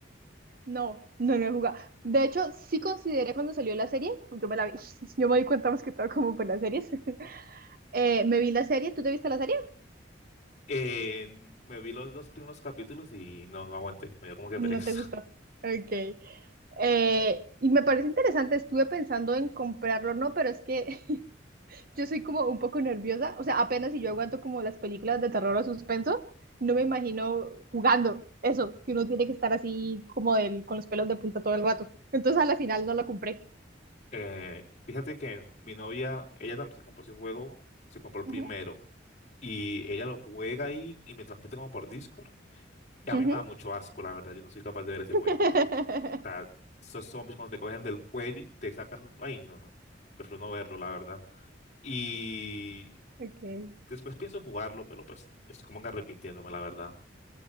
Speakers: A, on the right; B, on the left.
A: No, no lo he jugado. De hecho, sí consideré cuando salió la serie, yo me la vi, <laughs> yo me di cuenta más que todo como por las series. <laughs> Eh, me vi la serie, ¿tú te viste la serie?
B: Eh, me vi los dos primeros capítulos y no, no aguanté, me dio como que
A: No
B: pereza.
A: te gustó.
B: <laughs>
A: Ok. Eh, y me parece interesante, estuve pensando en comprarlo, ¿no? Pero es que <laughs> yo soy como un poco nerviosa, o sea, apenas si yo aguanto como las películas de terror o suspenso, no me imagino jugando eso, que uno tiene que estar así como del, con los pelos de punta todo el rato. Entonces a la final no lo compré.
B: Eh, fíjate que mi novia, ella también se compró ese juego, se compró el primero
A: Ujú,
B: y ella lo juega ahí y me transmite como por Discord. Y a
A: ujú.
B: mí me da mucho asco, la verdad, yo no soy capaz de ver ese
A: <laughs>
B: juego. O sea, esos zombies cuando te cogen del cuello y te sacan, ay, no, no, prefiero no verlo, la verdad. Y
A: Okay.
B: después pienso jugarlo, pero pues estoy como que arrepintiéndome, la verdad.